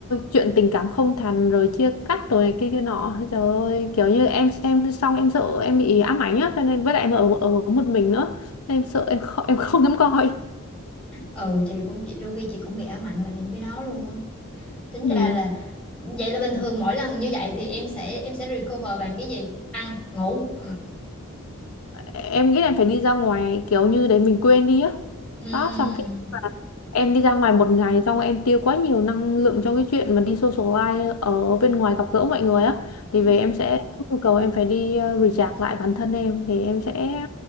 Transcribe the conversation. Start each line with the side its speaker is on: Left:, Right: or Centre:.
Left: chuyện tình cảm không thành rồi chia cắt rồi này kia kia nọ trời ơi kiểu như em xem xong em sợ em bị ám ảnh á cho nên với lại em ở ở một mình nữa nên em sợ em không em không dám coi
Centre: ừ chị cũng chị đôi khi chị cũng bị ám ảnh bởi những cái đó luôn á tính
Left: ừ.
Centre: ra là vậy là bình thường mỗi lần như vậy thì em sẽ em sẽ recover bằng cái gì ăn ngủ
Left: em nghĩ là em phải đi ra ngoài kiểu như để mình quên đi á
Centre: Ừm,
Left: đó xong cái em đi ra ngoài một ngày xong em tiêu quá nhiều năng lượng cho cái chuyện mà đi socialize ở bên ngoài gặp gỡ mọi người á thì
Centre: ừm.
Left: về em sẽ nhu cầu em phải đi ờ, recharge lại bản thân em thì em sẽ